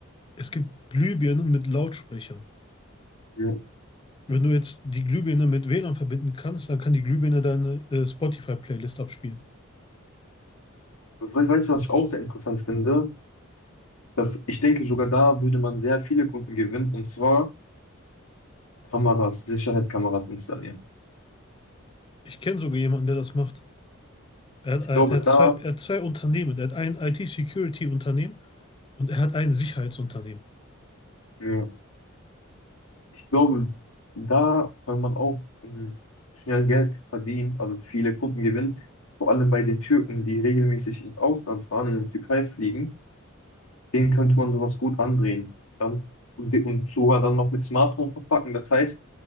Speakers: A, on the left; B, on the left.
A: Es gibt Glühbirnen mit Lautsprechern.
B: Ja.
A: Wenn du jetzt die Glühbirne mit WLAN verbinden kannst, dann kann die Glühbirne deine äh, Spotify-Playlist abspielen.
B: We weißt du, was ich auch sehr interessant finde? Dass ich denke, sogar da würde man sehr viele Kunden gewinnen, und zwar Kameras, Sicherheitskameras installieren.
A: Ich kenne sogar jemanden, der das macht. Er
B: Ich
A: hat, äh,
B: glaube,
A: er hat
B: da,
A: zwei, er hat zwei Unternehmen. Er hat ein IT-Security-Unternehmen und er hat ein Sicherheitsunternehmen.
B: ja. Ich glaube, da kann man auch ähm, schnell Geld verdienen, also viele Kunden gewinnen. Vor allem bei den Türken, die regelmäßig ins Ausland fahren, in die Türkei fliegen, denen könnte man sowas gut andrehen. Dann, und, und sogar dann noch mit Smartphone verpacken. Das heißt,